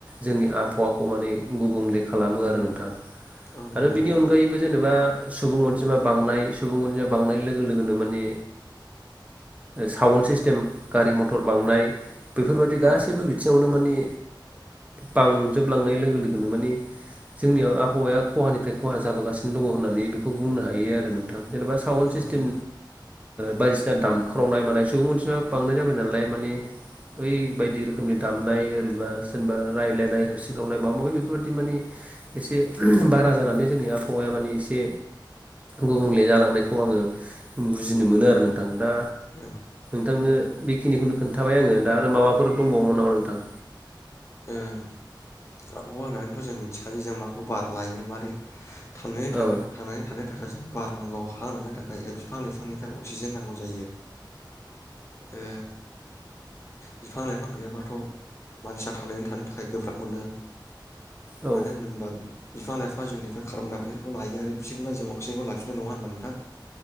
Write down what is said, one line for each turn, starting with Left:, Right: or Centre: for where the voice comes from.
Right: जोंनि आबहावाखौ माने गुबुंले खालामो आरो नोंथां
Left: औ नंगौ
Right: आरो
Left: नोंथां
Right: बिनि अनगायैबो जेनेबा सुबुं अनजिमा बांनाय सुबुं अनजिमा बांनाय लोगो लोगोनो माने साउन्ड सिस्टेम गारि मथर बांनाय बै
Left: औ
Right: गासैबो बिथिङावनो मा ने बांजोबलांनाय लोगो लोगोनो माने जोंनियाव आबहावाया खहानिफ्राय खहा जाबोगासिनो दङ होननानै बेखौ बुंनो हायो आरो नोंथां। जेनेबा साउड
Left: औ
Right: सिस्टेम
Left: नंगौ नोंथां
Right: बायदिसिना दामख्रावनाय मानाय सुबुं मोनसिमा बांनाय जाबाय नालाय माने ओइ बायदि रोखोमनि दामनाय ओरैबा सोरेनबा रायलायनाय होस्रिखावनाय माबा माबि बेफोरादि माने एसे बारा जानानै जोंनि आबहावाया माने एसे गुबुंले जालांनायखौ आंङो बुजिनो मोनो आरो नोंथां दा
Left: औ
Right: नोंथांनो बेखिनिखौनो खोन्थाबाय आंङो दा आरो माबा फोर दंबावोमोन नामा नोंथां।
Left: आबहावा होननानैथ' जों मिथिखायो जों माखौ बार लायो मारै थांनाया थागोन
Right: औ
Left: थांनानै थागोन थाखाय जोंनो बार नांगौ हां लानो थाखाय बिफां लाइफांनिफ्राय अक्सिजेन नांगौ जायो ओ बिफां लाइफां गैयाबाथ' मानसिया थांनानै थानो थाखाय गोब्राब मोनो।
Right: औ
Left: मानो होनोबा बिफां-लाइफां जोंनिफ्राय कार्बनदाइ अक्साइदखौ लायो बिसोरनिफ्राइ जों अक्सिजेनखौ लाफिनो नङा होनबा नोंथां?